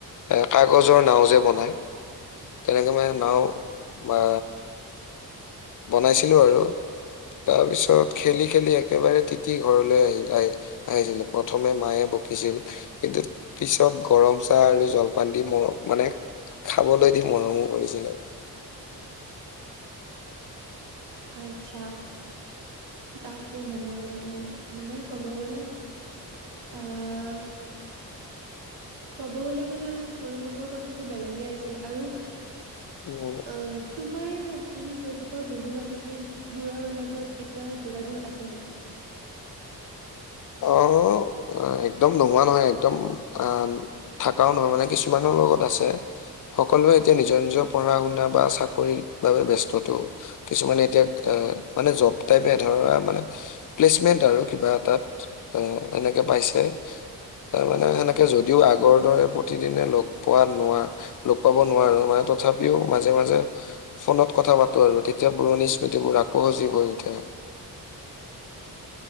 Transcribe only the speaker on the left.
এ কাগজৰ নাও যে বনায় তেনেকে মানে নাও বা। বনাইছিলো আৰু তাৰপিছত খেলি খেলি একেবাৰে তিতি ঘৰলৈ আহি আহে। আহিছিলো প্ৰথমে মায়ে বকিছিল। কিন্তু পিছত গৰম চাহ আৰু জলপান দি মোৰ মানে। খাবলৈ দি মৰমো কৰিছিল আৰু।
উম।
অ'। অ', একদম নোহোৱা নহয় একদম অ' থাকাও নহয় মানে কিছুমানৰ লগত আছে। সকলোৱে এতিয়া নিজৰ নিজৰ পঢ়া শুনা বা চাকৰিৰ বাবে ব্যস্তত। কিছুমানে এতিয়া অ মানে জব টাইপ এ ধৰা মানে। প্লেচমেন্ট আৰু কিবা এটাত এনেকে পাইছে। তাৰ মানে সেনেকে যদিও আগৰ দৰে প্ৰতিদিনে লগ পোৱা নোৱা। লগ পাব নোৱাৰো মানে তথাপিও মাজে মাজে। ফোনত কথা পাতো আৰু তেতিয়া পুৰণি স্মৃতিবোৰ আকৌ সজীৱ হৈ উঠে।